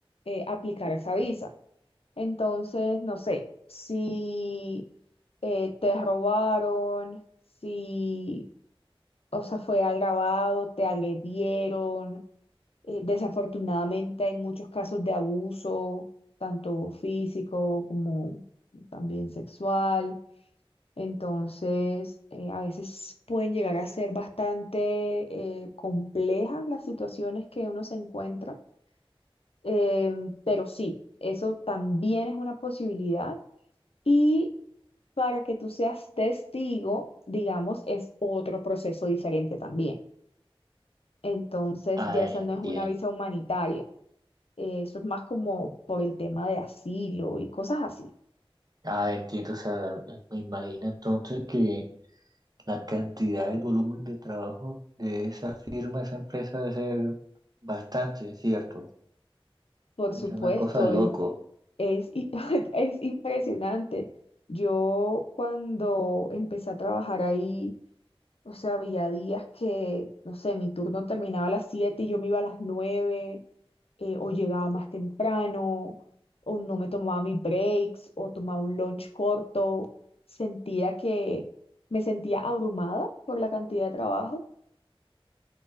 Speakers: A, on the left; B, on the right.
A: eh, aplicar esa visa. Entonces, no sé, si eh, te robaron, si o sea, fue agravado, te agredieron, eh, desafortunadamente hay muchos casos de abuso, tanto físico como también sexual. Entonces, eh, a veces pueden llegar a ser bastante eh, complejas las situaciones que uno se encuentra, Em, pero sí, eso también es una posibilidad. Y para que tú seas testigo, digamos, es otro proceso diferente también. Entonces
B: Ah,
A: ya esa
B: entiendo.
A: no es una visa humanitaria. Eh, eso es más como por el tema de asilo y cosas así.
B: Ah, entiendo, o sea, me imagino entonces que la cantidad, el volumen de trabajo de esa firma, esa empresa debe ser bastante, ¿cierto?
A: Por supuesto,
B: Es una cosa de loco,
A: el- es, i- <laughs> es impresionante. Yo cuando empecé a trabajar ahí, O sea, había días que, no sé, mi turno terminaba a las 7 y yo me iba a las 9 eh, o llegaba más temprano, o no me tomaba mis breaks, o tomaba un lunch corto. Sentía que me sentía abrumada por la cantidad de trabajo